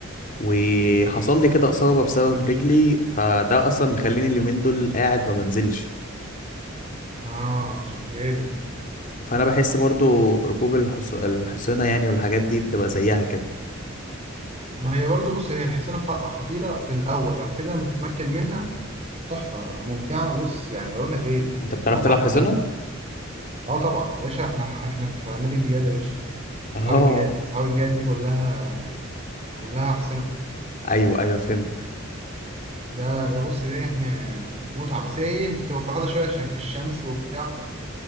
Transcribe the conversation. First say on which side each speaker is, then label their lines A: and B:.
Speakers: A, on the left; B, on the right.
A: وحصل لي كده اصابه بسبب رجلي فده اصلا مخليني اليومين دول قاعد ما بنزلش
B: آه عشان كده
A: فانا بحس برضه ركوب الحص... الحصينه يعني والحاجات دي بتبقى زيها كده
B: ما هي برضو بص هي الحصانة خ- خطيرة في الأول بعد كده لما تتمكن منها تحفة ممتعة بص يعني أقول لك إيه
A: انت بتعرف
B: متعة
A: تلعب حصينه
B: كلها آه طبعا يا باشا إحنا إحنا في نادي الجياد يا باشا
A: اه
B: أصحاب الجياد أصحاب الجياد دي كلها كلها أحسنة
A: ايوه ايوه فهمت
B: ده ده بص دي يعني متعة بس هي ايه بتبقى فرهدة شوية عشان في الشمس وبتاع